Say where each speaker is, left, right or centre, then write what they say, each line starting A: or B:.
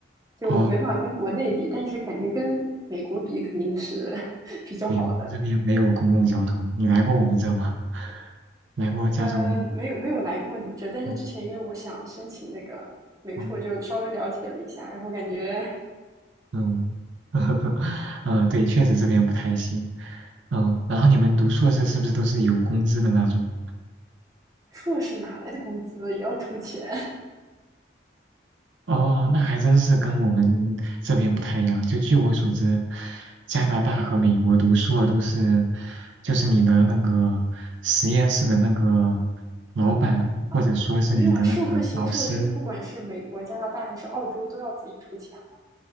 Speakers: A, on the right (about 20°); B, on the right (about 75°).
A: 就没法跟国内比，
B: 哦，
A: 但是感觉跟美国比肯定是 <laughs> 比较好的。
B: 对，我们这边没有公共交通，你来过我们这吗？<laughs> 来过加州吗？
A: 嗯，没有没有来过你这，但是之前因为我想申请那个美术，
B: 嗯。哦
A: 就稍微了解了一下，然后感觉
B: 嗯，<laughs> 嗯，对，确实这边不太行。嗯，然后你们读硕士是不是都是有工资的那种？
A: 硕士哪来的工资也要出钱
B: 哦，那还真是跟我们这边不太一样。就据我所知，加拿大和美国读硕都是，就是你的那个实验室的那个老板，
A: <laughs> 啊？
B: 或者说是你的那个导师
A: 没有啊，授课型硕士不管是美国、加拿大还是澳洲都要自己出钱吧？